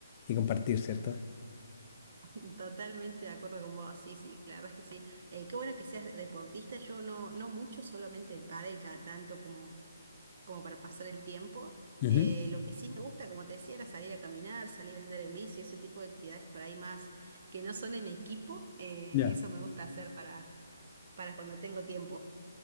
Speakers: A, on the left; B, on the right.
A: y compartir, ¿cierto?
B: <laughs> Totalmente de acuerdo con vos, sí, sí, la verdad es que sí. Eh, qué bueno que seas deportista, yo no, no mucho, solamente el pádel cada tanto como como para pasar el tiempo.
A: Ujú.
B: Eh, lo que sí me gusta, como te decía, era salir a caminar, salir a andar en bici, ese tipo de actividades por ahí más que no son en equipo. eh,
A: Ya.
B: eso me gusta hacer para, para cuando tengo tiempo.